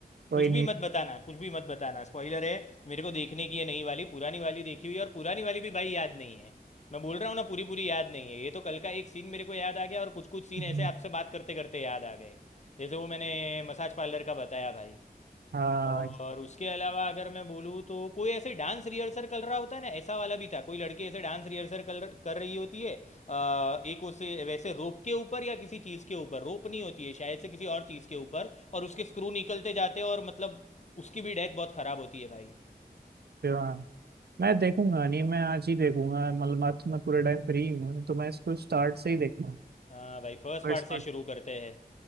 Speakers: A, on the right; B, on the left.
A: कोई
B: कुछ
A: नहीं
B: भी मत बताना कुछ भी मत बताना स्पॉइलर है मेरे को देखने की है नई वाली पुरानी वाली देखी हुई है और पुरानी वाली भी भाई याद नहीं है मैं बोल रहा हूँ ना पूरी पूरी याद नहीं है ये तो कल का एक सीन मेरे को याद आ गया और कुछ कुछ सीन
A: <laughs>
B: ऐसे आपसे बात करते करते याद आ गए जैसे वो मैंने मसाज पार्लर का बताया भाई
A: हाँ
B: और उसके अलावा अगर मैं बोलूँ तो कोई ऐसे डांस रिहर्सल कर रहा होता है ना ऐसा वाला भी था कोई लड़की ऐसे डांस रिहर्सल कर कर रही होती है अ, एक उसे वैसे रोप के ऊपर या किसी चीज़ के ऊपर रोप नहीं होती है शायद से किसी और चीज़ के ऊपर और उसके स्क्रू निकलते जाते हैं और मतलब उसकी भी डेथ बहुत ख़राब होती है भाई
A: हाँ, मैं देखूंगा नहीं मैं आज ही देखूंगा मतलब आज तो मैं पूरे टाइम फ्री हूँ तो मैं इसको स्टार्ट से ही देखूंगा
B: हाँ भाई फर्स्ट
A: First
B: पार्ट से
A: part
B: शुरू करते हैं